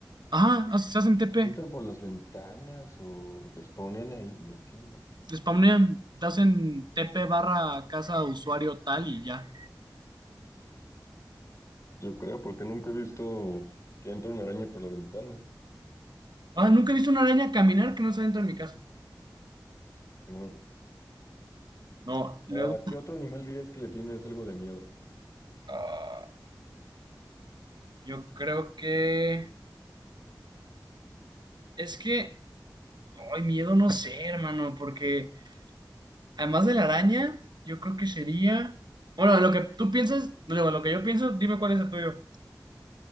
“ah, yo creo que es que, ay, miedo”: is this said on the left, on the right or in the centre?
Right